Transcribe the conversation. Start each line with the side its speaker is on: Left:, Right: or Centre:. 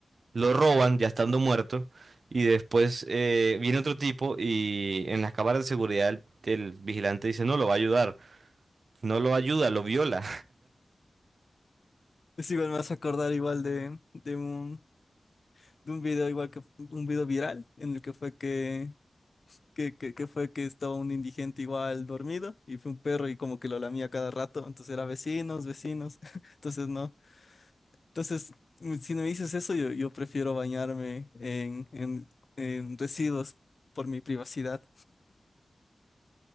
Right: Lo roban ya estando muerto y después eh, viene otro tipo y en las cámaras de seguridad el el vigilante dice no, lo va a ayudar. No lo ayuda, lo viola.
Left: Es igual me vas a acordar igual de, de un, de un video igual que un video viral en el que fue que, que, que, que fue que estaba un indigente igual dormido y fue un perro y como que lo lamía cada rato, entonces era vecinos, vecinos. <laughs> Entonces no. Entonces, mm, si no me dices eso, yo, yo prefiero bañarme en, en- en residuos por mi privacidad.